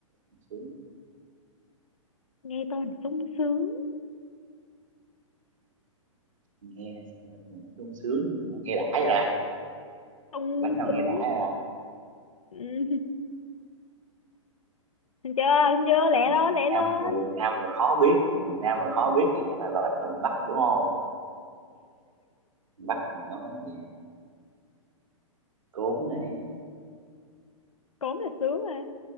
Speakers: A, on the right (about 75°); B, on the left (about 80°).
A: sung sướng
B: nghe tên là sung sướng
A: nghe tên mà nó sung sướng nghe đã ra
B: sung
A: bánh nào
B: sướng
A: nghe đã ra
B: <laughs> Ừ, Thấy chưa Thấy chưa lẹ
A: người
B: lên lẹ
A: nam
B: lên
A: người nam mà khó biết người nam mà khó biết thì chắc là bánh từ bắc đúng không bắc thì nó bánh gì cốm này
B: cốm là sướng à